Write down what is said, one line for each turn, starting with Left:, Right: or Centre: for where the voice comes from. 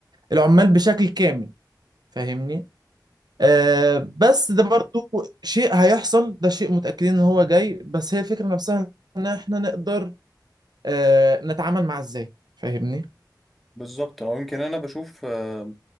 Right: العمال بشكل كامل فاهمني آه، بس ده برضو شيء هيحصل ده شيء متأكدين ان هو جاي بس هي الفكرة نفسها ان احنا نقدر آه، نتعامل معاه ازاي فاهمني
Centre: بالظبط او يمكن انا بشوف آه،